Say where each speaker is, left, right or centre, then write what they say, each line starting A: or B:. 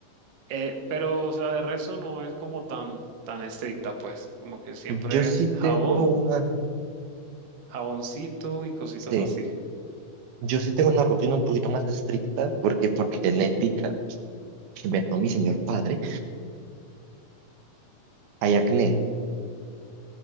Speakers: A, on the right; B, on the right.
A: Eh, pero, o sea, de resto no es como tan, tan estricta, pues, como que siempre
B: Yo sí
A: es
B: tengo
A: jabón,
B: una,
A: jaboncito y cositas
B: sí,
A: así.
B: yo sí tengo una rutina un poquito más estricta porque por genética que me dio mi señor padre, hay acné